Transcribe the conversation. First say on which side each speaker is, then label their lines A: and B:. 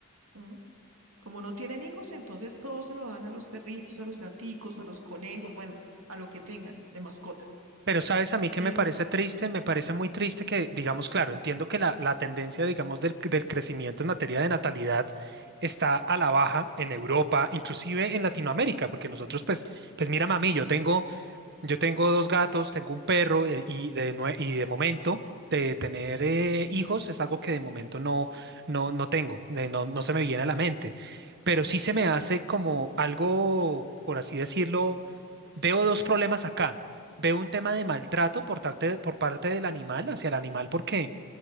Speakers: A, on the right (about 80°); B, on the right (about 50°).
A: ¿Mm? Como no tienen hijos, entonces todo se lo dan a los perritos, a los gaticos, a los conejos, bueno, a lo que tengan de mascota.
B: Pero sabes, a mí
A: Sí,
B: que me
A: es,
B: parece triste, me parece muy triste que, digamos, claro, entiendo que la, la tendencia, digamos, del, del crecimiento en materia de natalidad está a la baja en Europa, inclusive en Latinoamérica, porque nosotros, pues, pues mira, mami, yo tengo yo tengo dos gatos, tengo un perro eh, y de, nue- y de momento de tener eh, hijos es algo que de momento no, no, no tengo, de no, no se me viene a la mente, pero sí se me hace como algo, por así decirlo, veo dos problemas acá. Veo un tema de maltrato por parte, por parte del animal, hacia el animal, porque